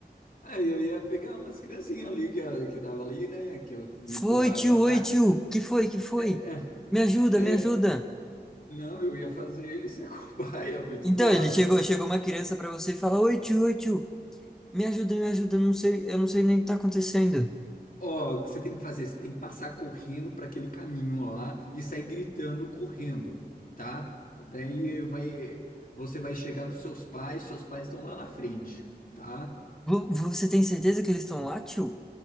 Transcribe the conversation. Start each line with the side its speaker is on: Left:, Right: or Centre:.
Left: Aí eu ia pegar umas criancinhas ali que, ah, que tava ali, né? Que eu, muito
Centre: Foi,
Left: provável.
Centre: tio,
Left: Tá,
Centre: oi, tio. Que foi, que foi?
Left: é,
Centre: Me ajuda, me ajuda.
Left: é, não, eu ia fazer ele ser a cobaia, <laughs> muito
Centre: Então,
Left: provável.
Centre: ele chegou, chegou uma criança pra você e fala, oi, tio, oi, tio. Me ajuda, me ajuda. Eu não sei, eu não sei nem o que tá acontecendo.
Left: Ó, o que você tem que fazer? Você tem que passar correndo para aquele caminho lá e sair gritando correndo, tá? Daí vai, você vai chegar nos seus pais, seus pais estão lá na frente, tá?
Centre: Vo- Você tem certeza que eles estão lá, tio?